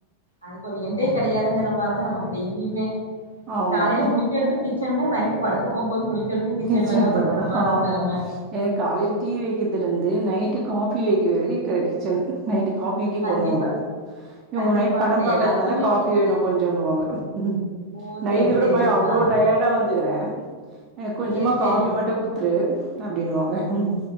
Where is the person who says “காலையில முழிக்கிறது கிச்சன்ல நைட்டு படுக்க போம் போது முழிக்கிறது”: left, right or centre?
Right